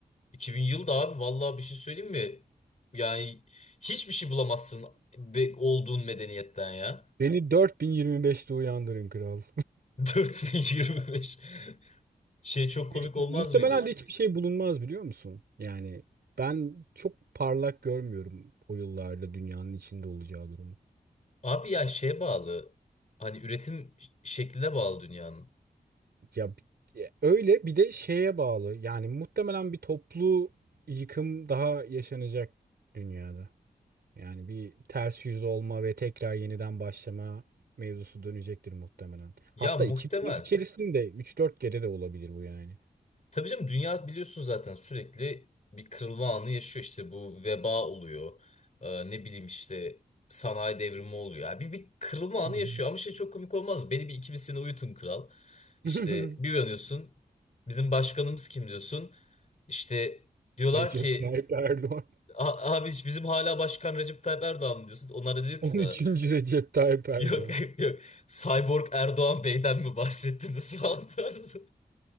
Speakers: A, on the left (about 45°); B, on the right (about 85°).
A: 2000 yıl da abi vallahi bir şey söyleyeyim mi? Yani hiçbir şey bulamazsın be- olduğun medeniyetten ya.
B: Beni 4025'te uyandırın kral.
A: <laughs> 4025. Şey
B: <laughs>
A: çok komik
B: Hiç-
A: olmaz
B: Muhtemelen
A: mıydı?
B: de hiçbir şey bulunmaz biliyor musun? Yani ben çok parlak görmüyorum o yıllarda dünyanın içinde olacağı durumu.
A: Abi ya şeye bağlı. Hani üretim şekline bağlı dünyanın.
B: Ya bi- öyle bir de şeye bağlı. Yani muhtemelen bir toplu yıkım daha yaşanacak dünyada. Yani bir ters yüz olma ve tekrar yeniden başlama mevzusu dönecektir muhtemelen.
A: Ya
B: Hatta
A: muhtemel.
B: 2000 yıl içerisinde üç dört kere de olabilir bu yani.
A: Tabii canım dünya biliyorsun zaten sürekli bir kırılma anı yaşıyor işte bu veba oluyor. Ee, ne bileyim işte sanayi devrimi oluyor. Yani bir, bir kırılma
B: Hı
A: anı
B: hı.
A: yaşıyor ama şey çok komik olmaz. mı? Beni bir iki bir sene uyutun kral. İşte
B: <laughs>
A: bir uyanıyorsun bizim başkanımız kim diyorsun. İşte diyorlar
B: Recep
A: ki
B: Tayyip Erdoğan.
A: "A- abi bizim hala başkan Recep Tayyip Erdoğan mı diyorsun. Onlar da diyor
B: on
A: ki sana
B: üçüncü Recep Tayyip Erdoğan.
A: yok <laughs> yok Cyborg Erdoğan Bey'den mi bahsettiniz falan tarzı.